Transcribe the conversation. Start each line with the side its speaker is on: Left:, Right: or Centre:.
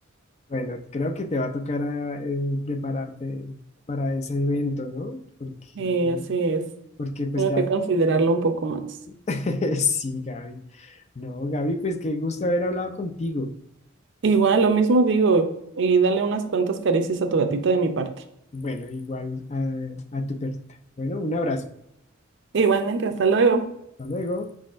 Left: bueno, creo que te va a tocar a, eh, prepararte para ese evento, ¿no? Porque,
Right: Y así es,
Left: porque pues
Right: tengo
Left: ya,
Right: que considerarlo un poco más.
Left: <laughs> sí, Gaby. No, Gaby, pues qué gusto haber hablado contigo.
Right: Igual, lo mismo digo, y dale unas cuantas caricias a tu gatita de mi parte.
Left: Bueno, igual a, a tu perrita. Bueno, un abrazo.
Right: Igualmente, hasta luego.
Left: Hasta luego.